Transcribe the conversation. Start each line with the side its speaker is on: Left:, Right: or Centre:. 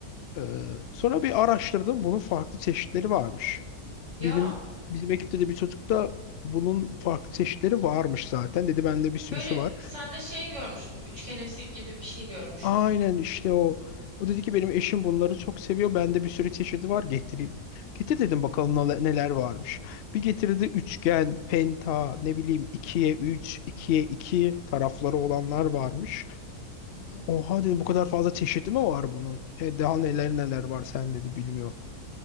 Left: Ee, sonra bir araştırdım bunun farklı çeşitleri varmış.
Right: Ya
Left: Benim bizim ekipte de bir çocuk da bunun farklı çeşitleri varmış zaten. Dedi bende bir sürüsü
Right: böyle
Left: var.
Right: sende şey görmüştüm. Üçgenimsi gibi bir şey görmüştüm.
Left: Aynen işte o. O dedi ki benim eşim bunları çok seviyor. Bende bir sürü çeşidi var getireyim. Getir dedim bakalım nala- neler varmış. Bir getirdi üçgen, penta, ne bileyim ikiye 3, ikiye 2 tarafları olanlar varmış.
Right: Hı hı.
Left: Oha dedim bu kadar fazla çeşidi mi var bunun? E, daha neler neler var sen dedi bilmiyorum.